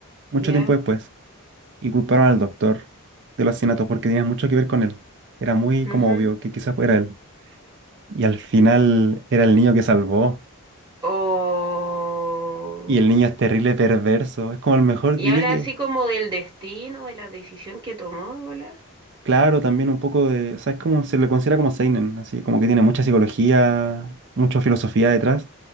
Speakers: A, on the right; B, on the right.
A: mucho
B: ya.
A: tiempo después, y culparon al doctor de los asesinatos porque tenía mucho que ver con él. Era muy
B: ujú.
A: como obvio que quizás fuera él. Y al final era el niño que salvó,
B: Oh.
A: y el niño es terrible, perverso, es como el mejor,
B: Y
A: diría
B: habla
A: que...
B: así como del destino, de la decisión que tomó, de bolas.
A: Claro, también un poco de, ¿sabes cómo se le considera como seinen? Así como que tiene mucha psicología, mucha filosofía detrás.